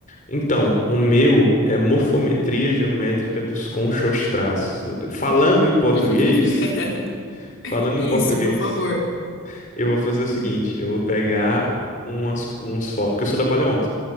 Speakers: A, on the left; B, on the left.
A: Então, o meu é morfometria geométrica dos conchostráceos. Falando em português,
B: <laughs>
A: falando
B: Isso,
A: em português.
B: por favor.
A: Eu vou fazer o seguinte, eu vou pegar umas, uns fósseis, porque eu sou da paleonto.